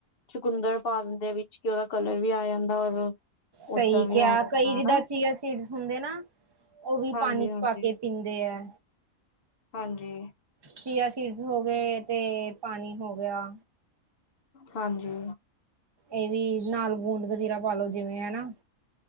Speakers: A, on the left (about 55°); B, on the right (about 30°).
A: ਚੁਕੁੰਦਰ ਪਾਂਦੇ ਵਿੱਚ ਕਿ ਓਦਾ ਕਲਰ ਵੀ ਆ ਜਾਂਦਾ ਔਰ
B: ਸਈ
A: ਓਦਾਂ ਵੀ
B: ਕਿਆ
A: ਆ ਜਾਂਦਾ
B: ਕਈ ਜਿੱਦਾਂ
A: ਹਨਾ
B: ਚੀਆ ਸੀ ਸੀਡਸ ਹੁੰਦੇ ਨਾ, ਓ ਵੀ
A: ਹਾਂਜੀ
B: ਪਾਨੀ
A: ਹਾਂਜੀ
B: ਚ ਪਾ ਕੇ ਪੀਂਦੇ ਐ।
A: ਹਾਂਜੀ।
B: ਚੀਆ ਸੀਡਸ ਹੋ ਗਏ, ਤੇ ਪਾਨੀ ਹੋ ਗਿਆ।
A: ਹਾਂਜੀ।
B: ਏ ਵੀ ਨਾਲ ਗੂੰਦ ਕਤੀਰਾ ਪਾ ਲੋ ਜਿਵੇਂ ਹਨਾ।